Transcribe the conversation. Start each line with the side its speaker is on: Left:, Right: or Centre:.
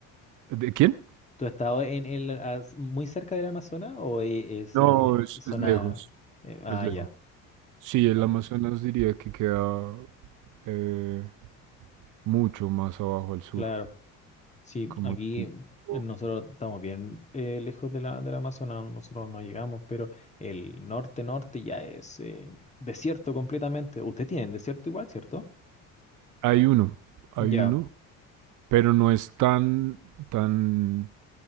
Right: ¿De quién?
Left: ¿Tú has estado en, en la- as- muy cerca del Amazonas o e- es
Right: No,
Left: eh,
Right: es,
Left: zona...
Right: es lejos,
Left: eh, ah,
Right: es lejos.
Left: ya.
Right: Sí,
Left: Bueno,
Right: el Amazonas diría que queda eh, mucho más abajo al sur,
Left: claro. Sí,
Right: como
Left: aquí
Right: tipo...
Left: eh, nosotros estamos bien eh, lejos de la, del Amazonas, nosotros no llegamos, pero el norte-norte ya es eh, desierto completamente. Ustedes tienen desierto igual, ¿cierto?
Right: Hay uno, hay
Left: Ya.
Right: uno, pero no es tan, tan